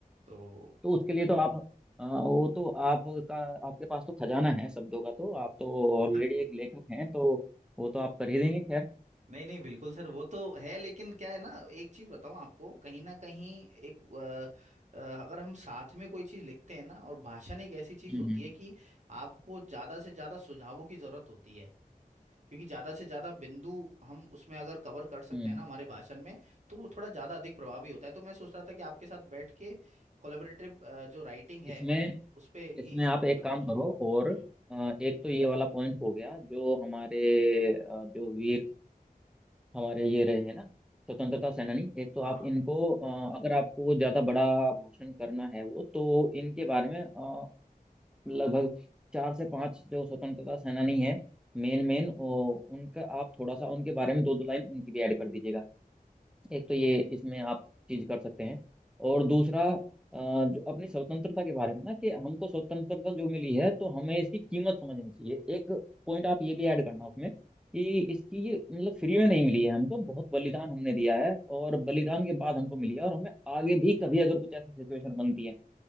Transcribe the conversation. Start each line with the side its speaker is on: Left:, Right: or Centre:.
Right: तो
Centre: तो उसके लिए तो आप अ, वो तो आपका आपके पास तो खजाना है शब्दों का तो आप तो ऑलरेडी
Right: <laughs>
Centre: एक लेखक हैं तो वो तो आप कर ही देंगे खैर
Right: नहीं नहीं बिल्कुल सर वो तो है लेकिन क्या है ना एक चीज बताऊं आपको कहीं ना कहीं एक अ, अ, अगर हम साथ में कोई चीज लिखते हैं ना और भाषण एक ऐसी चीज
Centre: हम्म
Right: होती है कि आपको ज्यादा से ज्यादा सुझावों की जरूरत होती है क्योंकि ज्यादा से ज्यादा बिंदु हम उसमें अगर कवर कर सकते
Centre: हम्म
Right: हैं ना हमारे भाषण में तो वो थोड़ा ज्यादा अधिक प्रभावी होता है तो मैं सोच रहा था कि आपके साथ बैठ के कोलेबरेटिव जो राइटिंग है
Centre: इसमें
Right: उस पे
Centre: इसमें
Right: ही
Centre: आप एक
Right: करूँ
Centre: काम
Right: उसको
Centre: करो और
Right: हम्म
Centre: अ, एक तो ये वाला पॉइंट हो गया जो हमारे अ, जो वीर हमारे ये रहे हैं ना स्वतंत्रता सेनानी एक तो
Right: हाँ
Centre: आप
Right: हाँ
Centre: इनको अ, अगर आपको ज्यादा बड़ा घोषण करना है वो तो इनके बारे में अ, लगभग चार से पांच जो स्वतंत्रता सेनानी है मेन मेन उनका आप थोड़ा सा उनके बारे में दो दो लाइन उनकी भी ऐड कर दीजिएगा एक तो ये इसमें आप चीज कर सकते हैं और दूसरा अ, जो अपनी स्वतंत्रता के बारे में ना कि हमको स्वतंत्रता जो मिली है तो हमें इसकी कीमत समझनी चाहिए एक पॉइंट आप ये भी ऐड करना उसमें कि इसकी मतलब फ्री में नहीं मिली है हमको बहुत बलिदान हमने दिया है और बलिदान के बाद हमको मिली है और हमें आगे भी कभी अगर कुछ ऐसी सिचुएशन बनती है